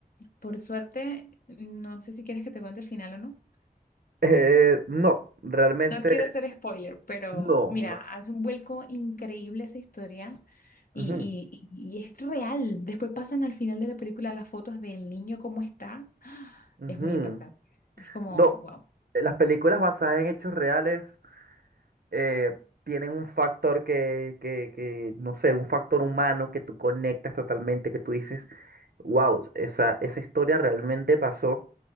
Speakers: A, on the left; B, on the right.
A: por suerte, no sé si quieres que te cuente el final o no.
B: Eh, no, realmente
A: No quiero ser spoiler, pero
B: no,
A: mira,
B: no.
A: hace un vuelco increíble esa historia y,
B: Ujú,
A: y, y y es real. Después pasan al final de la película las fotos del niño, cómo está. ¡Ah!
B: ujú.
A: Es muy impactante. Es como,
B: No,
A: wow.
B: eh, las películas basadas en hechos reales eh, tienen un factor que, que, que, no sé, un factor humano que tú conectas totalmente, que tú dices, wow, esa, esa historia realmente pasó